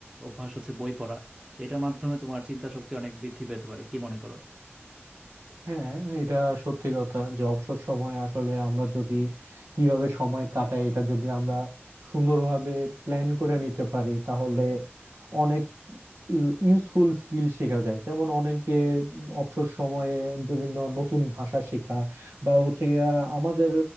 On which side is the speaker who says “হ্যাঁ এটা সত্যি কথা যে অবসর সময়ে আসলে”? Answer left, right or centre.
Right